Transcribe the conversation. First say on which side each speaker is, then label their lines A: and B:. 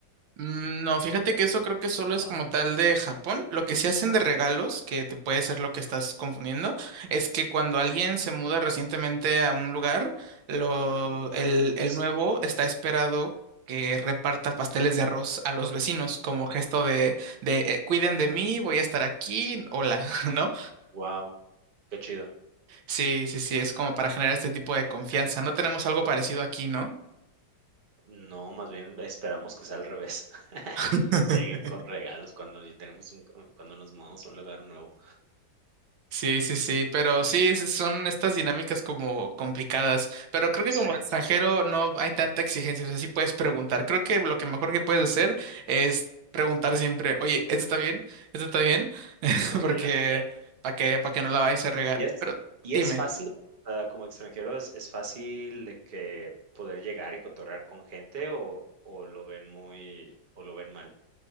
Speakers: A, on the right; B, on the right.
A: Mm, No, fíjate que eso creo que solo
B: ¿No,
A: es
B: verdad?
A: como tal de Japón. Lo que se hacen
B: Ah,
A: de regalos,
B: ya.
A: que te puede ser lo que estás confundiendo, es que cuando alguien se muda recientemente a un lugar, lo,
B: Ah,
A: el,
B: creo
A: el
B: que sí.
A: nuevo está esperado que reparta pasteles de arroz a los vecinos como gesto de, de eh, cuiden de mí, voy a estar aquí, hola, <laughs> ¿no?
B: Guau, qué chido.
A: Sí, sí, sí, es como para generar este tipo de confianza. No tenemos algo parecido aquí, ¿no?
B: No, más bien esperamos que sea al revés, <laughs> que
A: <laughs>
B: ellos lleguen con regalos cuando ya tenemos un cuando nos mudamos a un lugar nuevo.
A: Sí, sí, sí, pero sí, es- son estas dinámicas como complicadas, pero creo que
B: Sí.
A: como extranjero no hay tanta exigencia, o sea, sí puedes preguntar. Creo que lo que mejor que puedes hacer es preguntar siempre, oye, ¿esto está bien? ¿Esto está bien? <laughs>
B: Ah,
A: Porque
B: ya, okey.
A: para que, para que no la vayas a regar.
B: Y es
A: Pero
B: y
A: dime.
B: es fácil, o sea, como extranjero es es fácil de que poder llegar y cotorrear con gente o o lo ven muy o lo ven mal.